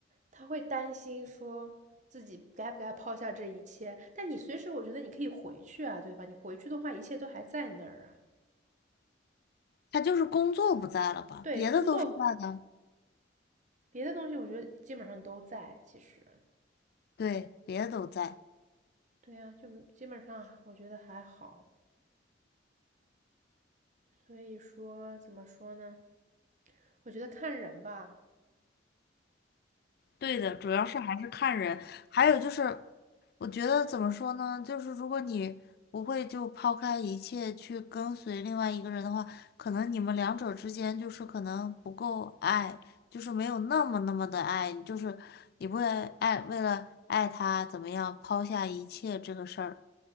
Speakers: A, on the right (about 40°); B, on the left (about 55°).
A: 他会担心说自己该不该抛下这一切。但你随时，我觉得你可以回去啊，对吧？你回去的话，一切都还在那儿啊。
B: 他就是工作不在了吧，
A: 对，
B: 别的都是在的，
A: 工作别的东西，我觉得基本上都在。其实，
B: 对，别的都在。
A: 对呀、就基本上我觉得还好。所以说，怎么说呢？我觉得看人吧，
B: 对的，主要是还是看人，还有就是，我觉得怎么说呢，就是如果你不会就抛开一切去跟随另外一个人的话，可能你们两者之间就是可能不够爱，就是没有那么那么的爱，就是你不会爱，为了爱他怎么样抛下一切这个事儿。